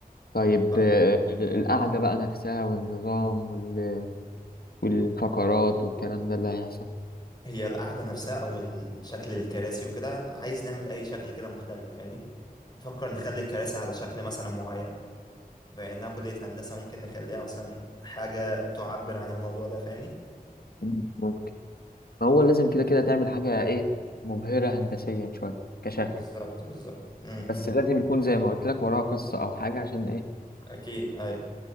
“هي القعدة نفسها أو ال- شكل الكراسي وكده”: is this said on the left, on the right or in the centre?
Left